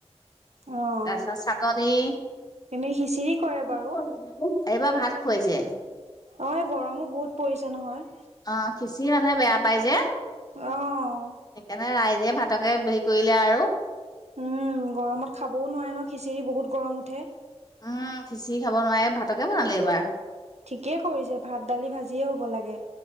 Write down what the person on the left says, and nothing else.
তাৰপিছত চাটনি কি
কৰি এইবাৰ ভাত খোৱাইছে।
অ' খিচি মানুহে বেয়া পাই যে
সেইকাৰণে ৰাই জে ভাতকে হেৰি কৰিলে আৰু
উম, সিচিৰি খাব নোৱাৰে ভাতকে বনালে এইবাৰ।